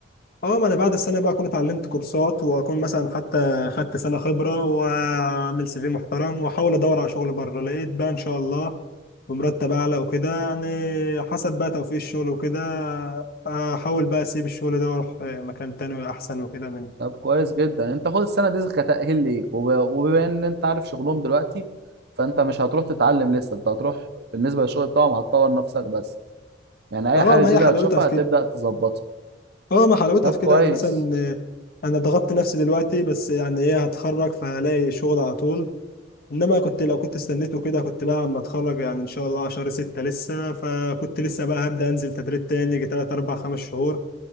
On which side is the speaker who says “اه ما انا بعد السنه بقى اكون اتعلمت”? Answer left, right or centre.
Left